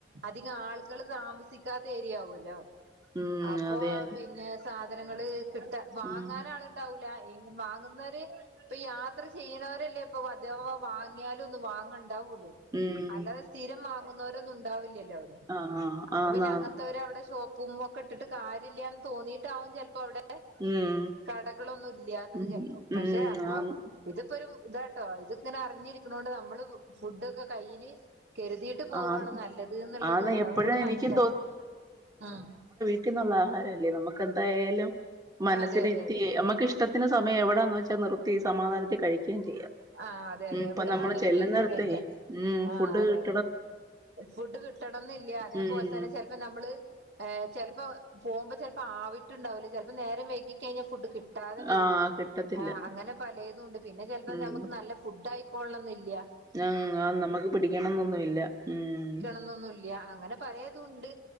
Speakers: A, on the right; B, on the right.
A: അധിക ആള്കൾ താമ സിക്കാത്ത ഏരിയാവൊല്ലോ.
B: ഉം
A: അപ്പോ
B: അതെ അതെ
A: പിന്നെ സാധനങ്ങള് കിട്ട വാങ്ങാൻ
B: ഉം
A: ആളുണ്ടാവൂല ഈ വാങ്ങുന്നവര് ഇപ്പൊ യാത്ര ചെയ്യ്ണവരല്ലേ പ്പം അതവാ വാങ്ങിയാലൊന്ന് വാങ്ങണ്ടാവൊള്ളൂ
B: ഉം
A: അല്ലാതെ സ്ഥിരം വാങ്ങുന്നോരൊന്നും ഉണ്ടാവി ല്ലല്ലോ അവിടെ.
B: ആഹ് ആഹ്
A: അപ്പൊ
B: ആന്നാന്ന്
A: പിന്നെ അങ്ങൻത്തവര് അവിടെ ഷോപ്പും ഒക്കെട്ടിട്ട് കാര്യല്ലാന്ന് തോന്നിയിട്ടാവും ചെല പ്പവ്ടെ
B: ഉം
A: കടകളൊന്നും ഇല്ല്യാത്തത്
B: ഉം
A: ചെലപ്പം. പക്ഷെ
B: ഉം
A: അപ്പൊ
B: ആന്ന്
A: ഇതിപ്പോ ഒരു ഇതാട്ടോ. ഇത് ഇങ്ങനെ അറിഞ്ഞിരിക്ക്ണോണ്ട് നമ്മള് ഫുഡൊക്കെ കയ്യില് കരുതീട്ട് പോവ്വാണ്
B: ആന്ന്
A: നല്ലത് ന്ന്ള്ളത്
B: ആന്ന് എപ്പഴും
A: അതും കൂടെ
B: എനിക്കും
A: മനസ്സിലാ ആഹ്
B: ക്ക്ന്ന്ള്ള ആഹാരല്ലേ നമുക്ക് എന്തായാലും മനസ്സിനിരുത്തി
A: അതെ അതെ അതെ
B: നമ്മക്കിഷ് ടത്തിന് സമയ എവിടാന്ന് വെച്ചാൽ നിർ ത്തി സമാധാനത്തി കഴിക്കേയും ചെയ്യാം.
A: ആഹ് അതെ അതെ
B: ഉം ഇപ്പ
A: എവിടെ
B: നമ്മള്
A: വേണമെങ്കിലും
B: ചെല്ലുന്നെടത്തെ
A: ഇരുത്തി കഴിക്കാം
B: മ്
A: ആഹ്
B: ഫുഡ്
A: അതെ
B: കി
A: അതെ. ഫുഡ് കിട്ടണംന്നില്ല അതേപോൽ
B: ഉം
A: തന്നെ ചെലപ്പം നമ്മള് അതെ. ചെലപ്പം പോകുമ്പോ ചെലപ്പം ആവിട്ടുണ്ടാവൂല്ല ചെലപ്പം നേരം വൈകിക്കഴിഞ്ഞാ ഫുഡ് കി ട്ടാതെ വരും.
B: ആഹ് കിട്ടത്തില്ല
A: ആഹ് അങ്ങനെ പലേതൂണ്ട്. പിന്നെ ചെലപ്പം
B: ഉം
A: ഞമ്മക്ക് നല്ല ഫുഡായിക്കോളണംന്നില്ല
B: നം ആഹ് നമ്മക്ക് പിടിക്കണം ന്നൊന്നു ഇല്ല. മ്
A: ന്നുന്നുല്ല്യാ. അങ്ങനെ പലേതുംണ്ട്